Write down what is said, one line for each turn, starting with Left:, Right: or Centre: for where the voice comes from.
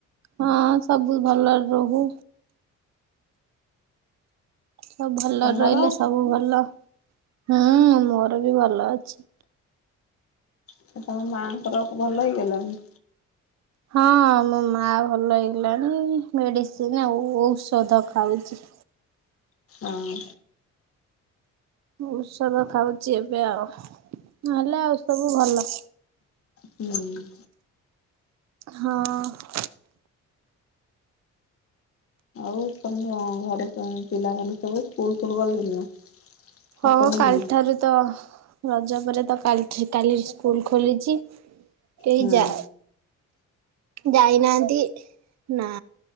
Right: ହଁ ସବୁ ଭଲରେ ରହୁ। ସବୁ ଭଲରେ
Left: ତମର
Right: ରହିଲେ ସବୁ ଭଲ ହୁଁ ମୋର ବି ଭଲ ଅଛି।
Left: ସେ ତମ ମାଆଙ୍କର ଭଲ ହେଇଗଲାଣି?
Right: ହଁ ମୋ ମା ଭଲ ହେଇଗଲାଣି ମେଡ଼ିସିନ୍ ଆଉ ଔଷଧ ଖାଉଛି।
Left: ଅଁ।
Right: ଔଷଧ ଖାଉଛି ଏବେ ଆଉ ନହେଲେ ଆଉ ସବୁ ଭଲ।
Left: ହୁଁ।
Right: ହଁ - ଅଁ।
Left: ଆଉ ତମ ଘରେ ପିଲାମାନେ ସବୁ ସ୍କୁଲ ଫଲ ଗଲେଣି ନା?
Right: ହଁ
Left: ଆଉ ଖୋଲିନି
Right: କାଲି ଠାରୁ ତ ରଜ ପରେ ତ କାଲ୍ ଠୀ କାଲି ସ୍କୁଲ ଖୋଲିଛି, କେହି
Left: ହଁ
Right: ଯା ଯାଇନାହାନ୍ତି ନା।